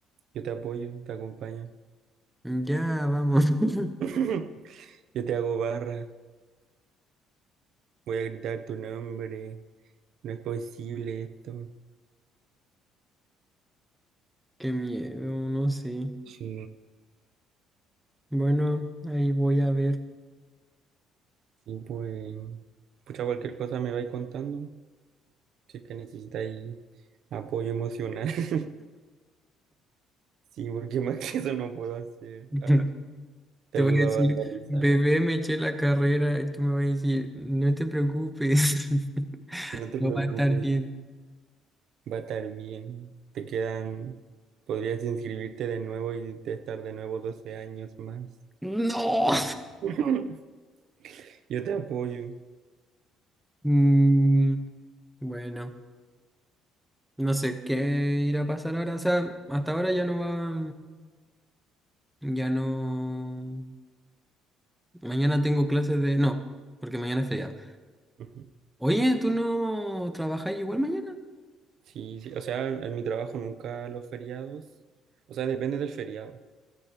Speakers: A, on the right; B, in the centre.
A: yo te apoyo, te acompaño.
B: Ya, vamos. <laughs>
A: <laughs> Yo te hago barra, voy a gritar tu nombre. No es posible esto.
B: Qué miedo, no sé.
A: Sí,
B: Bueno, ahí voy a ver.
A: y pues, pucha, cualquier cosa me vais contando. Si es que necesitáis apoyo emocional. <laughs> Sí, porque más que eso no puedo hacer.
B: <laughs>
A: Ah, te
B: Te
A: ayudo
B: voy a
A: a
B: decir,
A: batalizar.
B: bebé, me eché la carrera y tú me vas a decir, no te preocupes, <laughs>
A: No te
B: no
A: preocupes,
B: va a estar bien.
A: va a estar bien. Te quedan, podrías inscribirte de nuevo y te estar de nuevo 12 años más.
B: No.
A: <laughs> Yo te apoyo.
B: Mm, bueno, no sé qué irá a pasar ahora. O sea, hasta ahora ya no va, ya no. Mañana tengo clases de. No, porque mañana es feriado.
A: Ujú.
B: Oye, ¿tú no trabajas igual mañana?
A: Sí, sí, o sea, en mi trabajo nunca los feriados, o sea, depende del feriado.